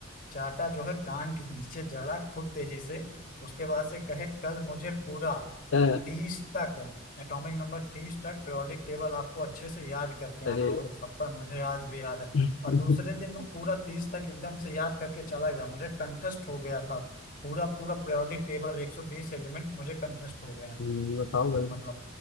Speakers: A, on the left; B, on the left.
A: चाटा जो है कान के नीचे जड़ा खूब तेजी से उसके बाद से कहे कल मुझे पूरा
B: अ,
A: तीस तक एटॉमिक नंबर तीस तक पीरियोडिक टेबल आपको अच्छे से याद करके
B: अरे
A: आना वो थप्पड़ मुझे आज भी याद है
B: हम्म,
A: और दूसरे दिन मैं पूरा तीस तक एकदम से याद करके चला गया मुझे कंठस्थ हो गया था पूरा पूरा पीरियोडिक टेबल 120 एलिमेंट मुझे कंठस्थ हो गए हैं
B: हम्म, बताओ भाई
A: मतलब